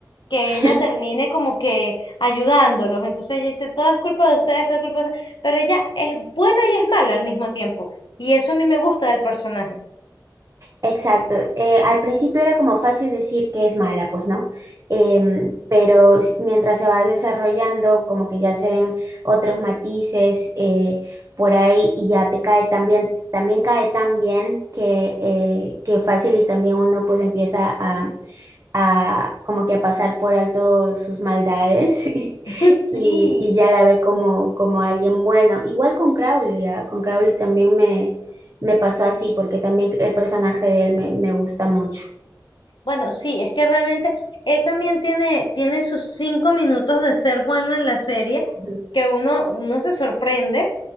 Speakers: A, on the left; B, on the right.
A: que
B: <laughs>
A: ella termine como que ayudándolos. Entonces ella dice, todo es culpa de ustedes, todo es culpa de ustedes. Pero ella es buena y es mala al mismo tiempo. Y eso a mí me gusta del personaje.
B: Exacto. Eh, al principio era como fácil decir que es mala, pues no. Em, pero s- mientras se va desarrollando, como que ya se ven otros matices eh, por ahí y ya te cae también, también cae tan bien que, eh, que fácil y también uno pues empieza a, a como que a pasar por alto sus maldades <laughs> y,
A: <laughs> Sí.
B: y ya la ve como, como alguien bueno. Igual con Crowley, ¿ah? Con Crowley también me me pasó así, porque también el personaje de él me, me gusta mucho.
A: Bueno, sí, es que realmente él también tiene, tiene sus cinco minutos de ser bueno en la serie,
B: Ujú.
A: que uno, uno se sorprende,